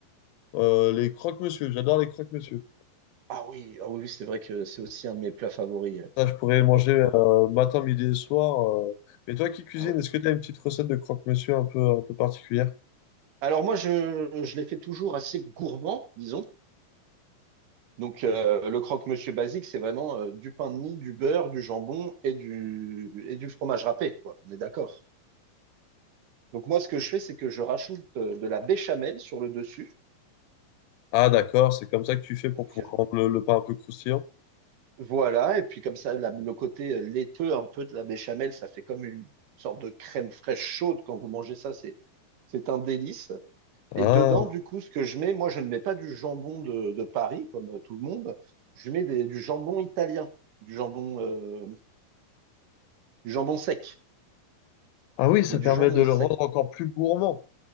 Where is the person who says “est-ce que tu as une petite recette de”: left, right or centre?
Left